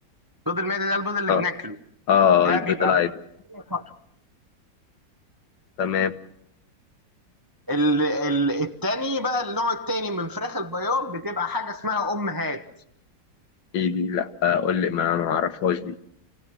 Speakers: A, on the right; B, on the left.
A: بيض المائده ده البيض اللي
B: اه
A: بناكله
B: اه
A: ده
B: البيض
A: بيبقى
B: العادي
A: بيض فقط.
B: تمام
A: ال ال التاني بقى النوع التاني من فراخ البياض بتبقى حاجه اسمها امهات
B: ايه دي لا آه، قول لي ما ما أعرفهاش دي